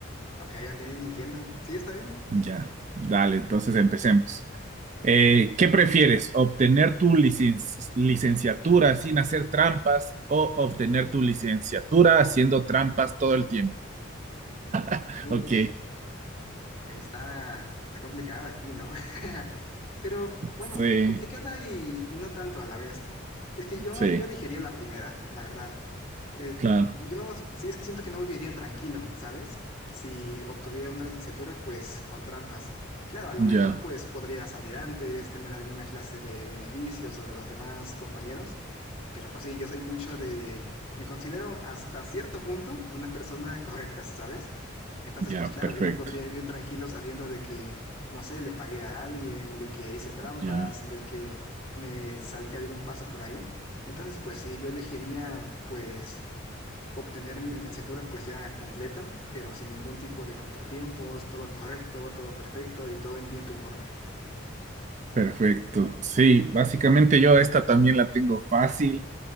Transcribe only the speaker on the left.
Ok, ya enti- entiendo. ¿Sí está bien?
Uf,
ok, está, está complicada aquí, ¿no? <laughs> Pero bueno,
complicada y, y no tanto a la vez. Es que yo,
yo elegiría la primera, la verdad. Eh,
yo sí es que siento que no viviría tranquilo, ¿sabes? Si obtuviera una licenciatura, pues con trampas. Claro, a lo mejor
pues podría salir antes, tener alguna clase de beneficio sobre los demás compañeros. Pero pues sí, yo soy mucho de... Me considero hasta cierto punto una persona correcta, ¿sabes? Entonces,
pues claro,
yo no podría vivir tranquilo sabiendo de que, no sé, le pagué a alguien, de que hice trampas,
de que me salté algún paso por ahí. Entonces, pues sí, yo elegiría, pues, obtener mi licenciatura pues ya completa, pero sin ningún tipo de contratiempos, todo correcto, todo perfecto y todo en tiempo y forma.